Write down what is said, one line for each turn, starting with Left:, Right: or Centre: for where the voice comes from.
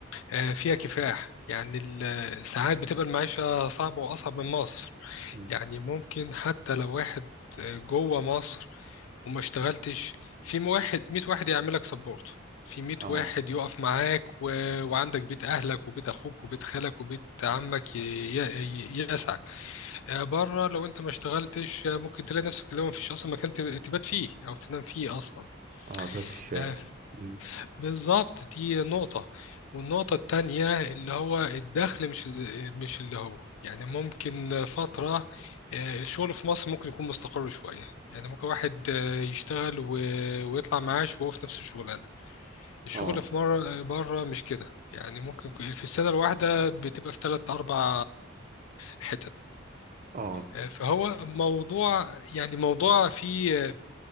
Left: آه، فيها كفاح يعني ال- ساعات بتبقى المعيشة صعبة وأصعب من مصر
Right: مم.
Left: يعني ممكن حتى لو واحد جوه مصر وما اشتغلتش في واحد 100 واحد يعملك سبورت في 100
Right: اه
Left: واحد يقف معاك و... وعندك بيت اهلك وبيت اخوك وبيت خالك وبيت عمك ي... ي... يسعك آه، بره لو انت ما اشتغلتش آه، ممكن تلاقي نفسك اللي هو مفيش اصلا مكان تب- تبات فيه او تنام فيه اصلا
Right: اه تقعد في الشارع
Left: آه،
Right: مم.
Left: بالظبط دي نقطة والنقطة التانية اللي هو الدخل مش ال- مش اللي هو يعني ممكن فترة آه، الشغل في مصر ممكن يكون مستقر شوية يعني ممكن واحد آه، يشتغل و- ويطلع معاش وهو في نفس الشغلانة الشغل
Right: اه
Left: في مرة بره مش كده يعني ممكن ك- في السنة الواحدة بتبقى في تلات أربع حتت
Right: اه
Left: آه، فهو موضوع يعني موضوع فيه